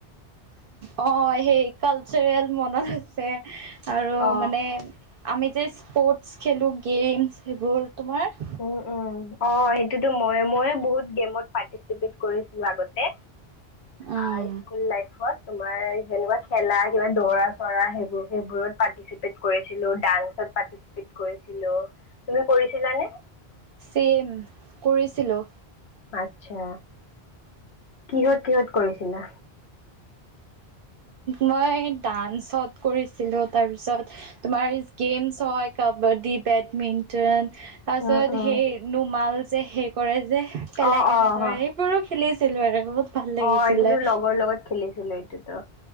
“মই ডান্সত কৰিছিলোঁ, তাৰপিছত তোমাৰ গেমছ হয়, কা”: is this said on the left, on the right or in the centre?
Right